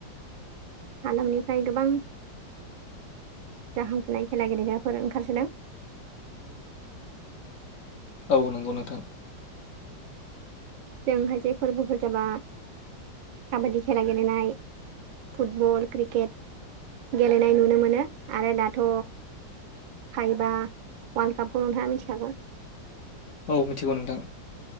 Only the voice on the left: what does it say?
औ नंगौ नोंथां।
औ मिथिगौ नोंथां